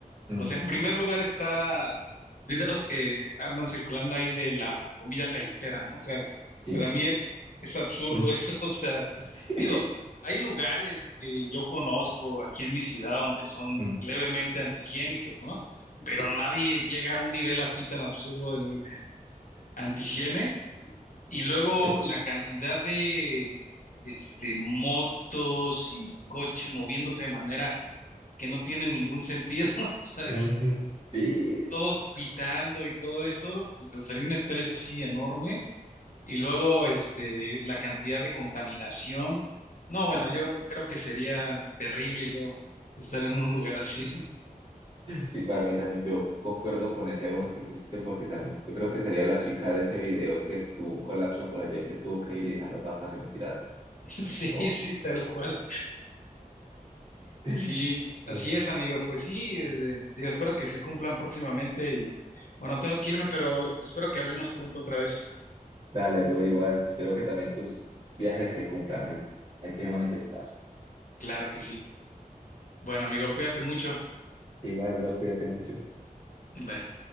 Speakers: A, on the right; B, on the left.
A: Ujú,
B: Pues en primer lugar está videos que andan circulando ahí de la comida callejera, ¿no? O sea,
A: Sí.
B: para mí es, es absurdo
A: <laughs>
B: <laughs> eso, o sea,
A: Sí.
B: digo, hay lugares que yo conozco aquí en mi ciudad donde son
A: Ujú,
B: levemente antihigiénicos, ¿no? Pero
A: sí.
B: nadie llega a un nivel así tan absurdo de, de antihigiene. Y luego
A: Es-
B: la cantidad de este, motos y coches moviéndose de manera que no tiene ningún sentido, <laughs> ¿sabes?
A: ujú, sí,
B: todos pitando y todo eso, me causaría un estrés así enorme. Y luego, este, la cantidad de contaminación. No, bueno,
A: también.
B: yo creo que sería terrible yo estar en un lugar así.
A: Sí, para mí también yo concuerdo con ese bonus que pusiste porque también yo creo que sería la chica de ese video que tuvo un colapso por allá y se tuvo que ir y dejar las vacaciones tiradas.
B: <laughs> Sí,
A: Toma.
B: sí, tal cual.
A: <laughs>
B: Sí, así
A: Ay,
B: es, amigo. Pues sí, eh, de- digo, espero que se cumplan próximamente y bueno, tengo que irme, pero espero que hablemos pronto otra vez.
A: Dale, bro, igual. Espero que también tus viajes se cumplan. Hay, hay que manifestar.
B: Claro que sí. Bueno, amigo, cuídate mucho.
A: Igual, bro, cuídate mucho.
B: Bye.